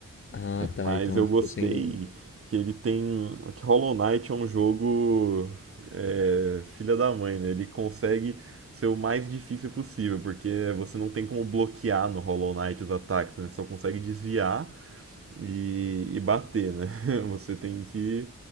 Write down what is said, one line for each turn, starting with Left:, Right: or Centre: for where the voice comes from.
Left: Ah, tá.
Right: Mas
Left: Então
Right: eu
Left: acho
Right: gostei
Left: que você ainda não.
Right: que ele tem. Que Hollow Knight é um jogo. é, filha da mãe, né? Ele consegue ser o mais difícil possível, porque você não tem como bloquear no Hollow Knight os ataques, né? Só consegue desviar e, e bater, né? <laughs> Você tem que